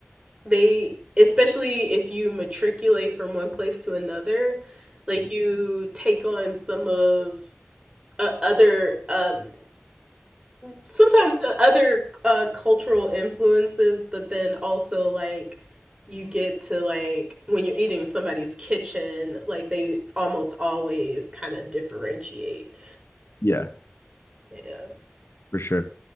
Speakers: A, on the right (about 20°); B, on the left (about 80°).
A: they especially if you matriculate from one place to another, like you take on some of uh, other um sometimes uh, other uh, cultural influences, but then also like you get to like when you're eating somebody's kitchen, like they almost always kind of differentiate.
B: Yeah,
A: Yeah.
B: for sure.